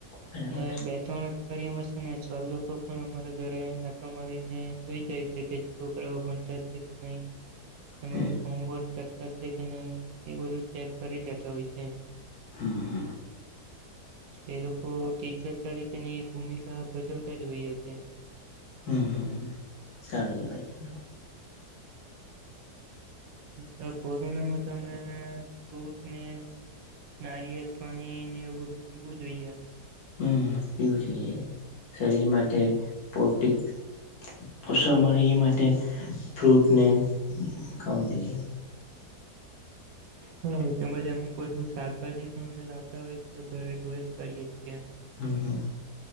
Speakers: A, on the left; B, on the right.
A: બરાબર
B: એ
A: છે
B: બે ત્રણ ફરિયા શે ને સર લોકો પણ અમારા ઘરે આટો મારીને જોઈ જાય છે કે છોકરાઓ છે કે નહી. એમાં
A: હમ
B: જે હોમવર્ક કરે છે કે નહી એ બધું ચેક કરી જતા હોય છે.
A: હા. હા.
B: એ લોકો ટીચર તરીકેની ભૂમિકા ભજવતા જ હોઈ છે.
A: હમ સારું કેવય ભાઈ થોડું.
B: હા કોરોનામાં તો હમણાં ફ્રુટ ને? નારીયેલ પાણી ને એ બધું પીવું જોઈએ એમ.
A: હમ પીવું જોઈએ શરીર માટે પોસ્ટિક કેવાય. પાર્સલ મળી રે એ માટે ફ્રૂટને. ખાવું જોઈએ
B: હમ એમાં બધી શાકભાજી પણ અમે લાવતા હોય છેએ ઘરે તો એજ કરીએ છીએ.
A: હમ